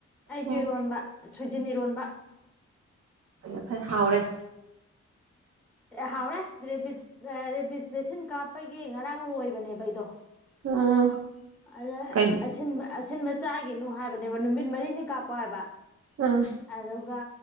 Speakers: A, in the centre; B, on the right.
A: ꯑꯩꯁꯨ
B: ꯑꯣ
A: ꯏꯔꯣꯟꯝꯕ ꯁꯣꯏꯖꯟ ꯏꯔꯣꯟꯕ
B: <unintelligible> ꯍꯥꯎꯔꯦ
A: ꯍꯥꯎꯔꯦ ꯔꯦꯕꯤꯁ ꯔꯦꯕꯤꯁ ꯚꯦꯁꯤꯟ ꯀꯥꯞꯄꯒꯤ ꯉꯔꯥꯡ ꯂꯣꯏꯕꯅꯦꯕ ꯑꯩꯗꯣ
B: ꯑꯣ
A: ꯑꯗ
B: ꯀꯩ
A: ꯑꯁꯤꯟꯕꯥ ꯑꯁꯤꯟꯕ ꯆꯥꯒꯤꯅꯨ ꯍꯥꯏꯕꯅꯦꯕ ꯅꯨꯃꯤꯠ ꯃꯔꯤꯅꯤ ꯀꯥꯞꯄꯣ ꯍꯥꯏꯕ
B: ꯑꯥ
A: ꯑꯗꯨꯒ